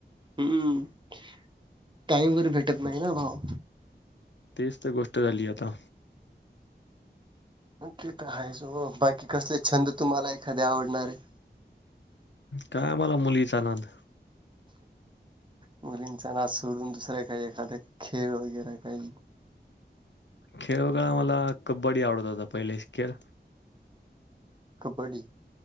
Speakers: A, on the right (about 25°); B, on the left (about 85°).
A: हम्म टाईमवर भेटत नाही ना भाव
B: तेच तर गोष्ट झाली आता
A: नकी तर आहेच हो बाकी कसले छंद तुम्हाला एखादे आवडणारे
B: काय आमला मुलीचा नांद
A: मुलींचा ना सोडून दुसरे काही एखाद्या खेळ वगैरे काही
B: खेळगळा मला कबड्डी आवडत होता पहिले खेळ
A: कबड्डी